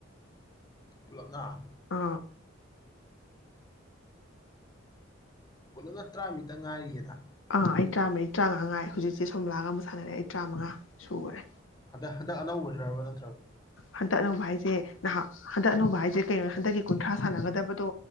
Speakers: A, on the left; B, on the left.
A: ꯄꯨꯂꯞꯅ
B: ꯑ
A: ꯄꯨꯂꯞꯅ ꯇꯔꯥꯃꯤꯠꯇ ꯉꯥꯏꯔꯤꯌꯦꯗ
B: ꯑꯥ ꯑꯩ ꯇꯔꯥꯃꯔꯤ ꯇꯔꯥꯃꯉꯥ ꯉꯉꯥꯏ ꯍꯧꯖꯤꯛꯁꯦ ꯁꯣꯝꯂꯥꯒ ꯑꯃ ꯁꯥꯟꯅꯔꯦ ꯑꯩ ꯇꯔꯥꯃꯉꯥ ꯁꯨꯈꯨꯔꯦ
A: ꯍꯟꯗ ꯍꯟꯗꯛ ꯑꯅꯧꯕ ꯗ꯭ꯔꯕꯗ
B: ꯍꯟꯇꯛ ꯑꯅꯧꯕ ꯍꯥꯏꯁꯦ ꯅꯍꯥꯛ ꯍꯟꯗꯛ ꯑꯅꯧꯕ ꯍꯥꯏꯁꯦ ꯀꯩꯅꯣ ꯍꯟꯗꯛꯀꯤ ꯀꯨꯟꯊ꯭ꯔꯥ ꯁꯥꯟꯅꯒꯗꯕꯗꯣ